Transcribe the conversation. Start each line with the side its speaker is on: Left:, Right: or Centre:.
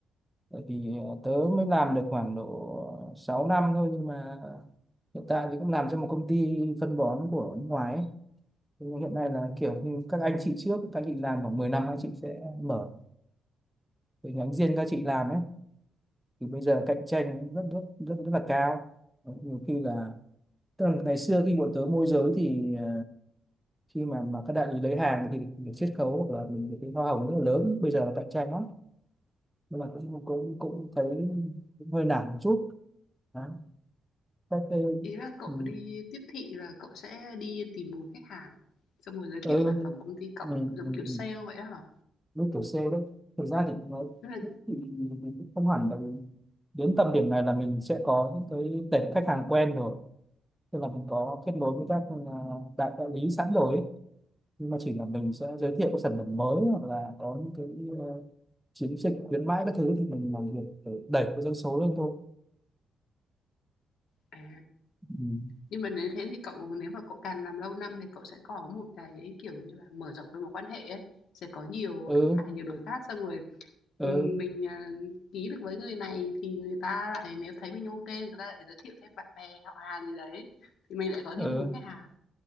Centre: Bởi vì ờ, tớ mới làm được khoảng độ 6 năm thôi nhưng mà hiện tại thì cũng làm cho một công ty phân bón của nước ngoài ấy. Nhưng hiện nay là kiểu như các anh chị trước các anh chị làm khoảng 10 năm các anh chị sẽ mở cái nhánh riêng các chị làm ấy thì bây giờ cạnh tranh rất rất rất rất là cao nhiều khi là tức là ngày xưa khi bọn tớ môi giới thì ờ, khi mà mà các đại lý lấy hàng thì được, được chiết khấu hoặc là mình được cái hoa hồng rất là lớn bây giờ là cạnh tranh lắm nhưng mà cũng cũng cũng thấy cũng hơi nản một chút đó. Các cái
Left: ý là cậu
Centre: ừ,
Left: đi tiếp thị là cậu sẽ đi tìm nguồn khách hàng xong rồi giới thiệu
Centre: ừ,
Left: sản phẩm công ty cậu
Centre: ừ,
Left: giống
Centre: ừ,
Left: kiểu sale
Centre: ừ.
Left: vậy á hả
Centre: lúc tuổi C đấy thực ra thì nó
Left: tức là
Centre: thì, thì thì cũng không hẳn là đến tầm điểm này là mình sẽ có những cái tệp khách hàng quen rồi tức là mình có kết nối với các à, đại đại lý sẵn rồi ấy. nhưng mà chỉ là mình sẽ giới thiệu các sản phẩm mới hoặc là có những cái ờ, chiến dịch khuyến mãi các thứ thì mình làm việc để đẩy cái doanh số lên thôi
Left: à
Centre: ừ.
Left: Nhưng mà nếu thế thì cậu nếu mà cậu càng làm lâu năm thì cậu sẽ có một cái, kiểu như là, mở rộng được mối quan hệ ấy, sẽ có nhiều
Centre: Ừ,
Left: khách hàng, nhiều đối
Centre: ừ,
Left: tác xong rồi,
Centre: ừ,
Left: ừm, mình, à, ký được với người này thì người ta lại nếu thấy mình ok kê người ta lại giới thiệu thêm bạn bè, họ hàng gì đấy, thì mình lại có thêm
Centre: ừ.
Left: nguồn khách hàng.